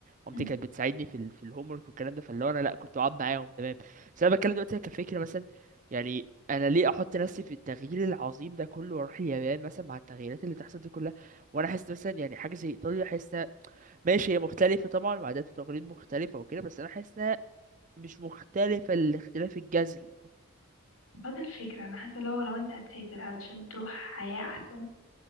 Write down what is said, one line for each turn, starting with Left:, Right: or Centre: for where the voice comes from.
Right: مامتي
Left: مم.
Right: كانت بتساعدني في ال في الهوم ورك والكلام ده فاللي هو انا لا كنت بقعد معاهم تمام بس انا بتكلم دلوقتي كفكره مثلا يعني انا ليه احط نفسي في التغيير العظيم ده كله واروح اليابان مثلا مع التغييرات اللي تحصل دي كلها وانا حاسس مثلا يعني حاجه زي ايطاليا حاسس ماشي هي مختلفه طبعا وعادات وتقاليد مختلفه وكده بس انا حاسس مش مختلفة الاختلاف الجذري
Left: فده الفكرة انا حاسة لو لو انت هتسافر علشان تروح حياة احسن